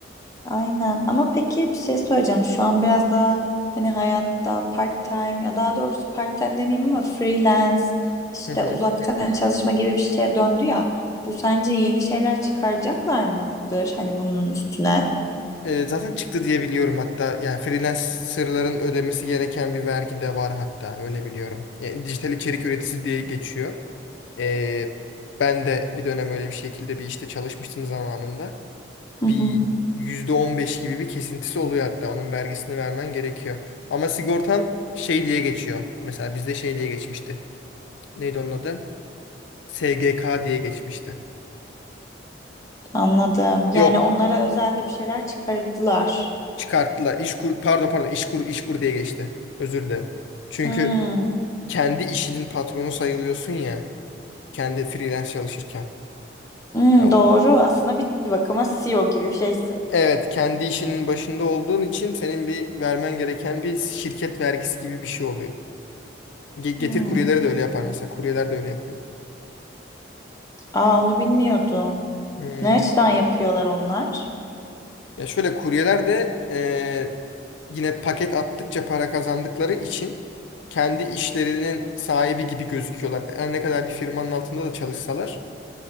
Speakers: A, on the left (about 15°); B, on the left (about 75°).
A: Aynen ama peki bir şey söyleyeceğim şu an biraz daha hani hayatta part time ya daha doğrusu part time demeyeyim ama freelance işte
B: Hı hı.
A: uzaktan <laughs> çalışma gibi bir şeye döndü ya bu sence yeni şeyler çıkaracaklar mıdır hani bunun üstüne?
B: Ee, zaten çıktı diye biliyorum hatta. Yani freelancerların ödemesi gereken bir vergi de var hatta öyle biliyorum. Yani dijital içerik üreticisi diye geçiyor. Ee, ben de bir dönem öyle bir şekilde bir işte çalışmıştım zamanında.
A: Hı
B: bir
A: hı,
B: %15 gibi bir kesintisi oluyor hatta. Onun vergisini vermen gerekiyor. Ama sigortan şey diye geçiyor. Mesela bizde şey diye geçmişti. Neydi onun adı? SGK diye geçmişti.
A: anladım yani
B: Yok
A: onlara özelde bir şeyler çıkardılar.
B: çıkarttılar. İşkur, pardon pardon İşkur, işkur diye geçti. Özür dilerim. Çünkü
A: Hmm,
B: kendi işinin patronu sayılıyorsun ya. Kendi freelance çalışırken.
A: hmm,
B: Ya o,
A: doğru aslında bir, bir bakıma CEO gibi bir şeysin.
B: evet kendi işinin başında olduğun için senin bir vermen gereken bir şirket vergisi gibi bir şey oluyor. Ge- Getir
A: Hmm,
B: kuryeleri de öyle yapar mesela. Kuryeler de öyle yapıyor.
A: aa onu bilmiyordum.
B: Hmm.
A: Ne açıdan yapıyorlar onlar?
B: Ya şöyle kuryeler de e, yine paket attıkça para kazandıkları için kendi işlerinin sahibi gibi gözüküyorlar. Her ne kadar bir firmanın altında da çalışsalar